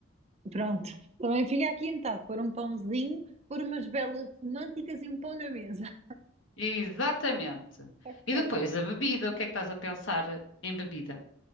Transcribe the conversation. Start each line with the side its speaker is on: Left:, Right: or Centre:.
Right: Pronto. Também fica aqui anotado. Pôr um pãozinho, pôr umas velas românticas e um pão na mesa.
Left: Exatamente.
Right: <laughs> Ok.
Left: E depois a bebida, o que é que estás a pensar em bebida?